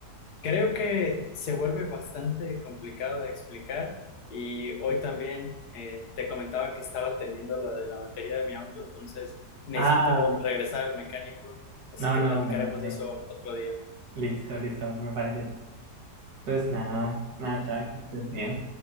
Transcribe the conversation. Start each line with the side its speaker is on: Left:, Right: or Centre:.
Left: Creo que se vuelve bastante complicado de explicar y hoy también eh, te comentaba que estaba teniendo lo de la batería de mi auto, entonces necesito
Right: Ah,
Left: regresar al mecánico, así
Right: no,
Left: que
Right: no,
Left: platicaremos
Right: bueno, dale.
Left: de eso otro día.
Right: Listo, listo, me parece. Pues nada, nada, chao, que estés bien.